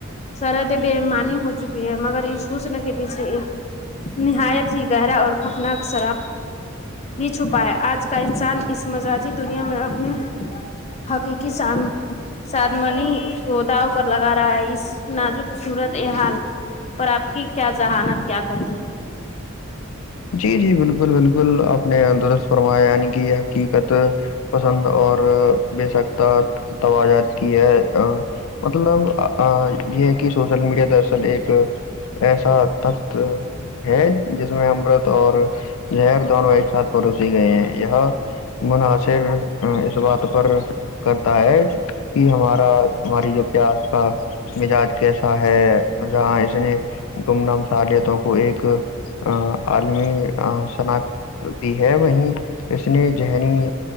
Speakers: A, on the left; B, on the left.
A: سرحد بےمانی ہو چکی ہے مگر اس حصن کے پیچھے ایک نہایت ہی گہرا اور خفناک شراب بھی چھپا ہے آج کا انسان اس مزاجی دنیا میں اپنی حقیقی سان ساد منی کو داو پر لگا رہا ہے اس نازک صورت حال پر آپ کی کیا ذہانت کیا کہتی
B: جی جی بالکل بالکل آپ نے درست فرمایا یعنی کہ یہ حقیقت پسند اور بے سکتا توجات کی ہے مطلب یہ ہے کہ سوشل میڈیا در اصل ایک ایسا تخت ہے جس میں امرت اور ہر دونوں ایک ساتھ پروسی گئے ہیں یہ مناصر اس بات پر کرتا ہے کہ ہمارا ہماری جو پیاس کا مزاج کیسا ہے جہاں اس نے گمنام صالتوں کو ایک عالمی شناخت دی ہے وہیں اس نے ذہنی